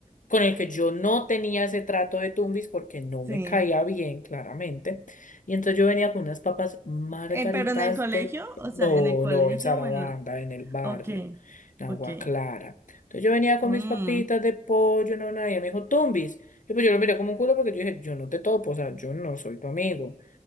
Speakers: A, on the left (about 85°); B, on the right (about 20°).
A: con el que yo no tenía ese trato de tumbis porque no
B: sí.
A: me caía bien, claramente. Y entonces yo venía con unas papas margaritas
B: Eh, pero en el colegio,
A: de...
B: o
A: No,
B: sea, en el colegio
A: no, en Sarabanda,
B: o en la...
A: en el barrio,
B: Ok,
A: en
B: ok.
A: Agua Clara. Entonces yo venía con
B: Mm.
A: mis papitas de pollo, no, nadie me dijo tumbis. Y pues yo lo miré como un culo porque yo dije, yo no te topo, o sea, yo no soy tu amigo.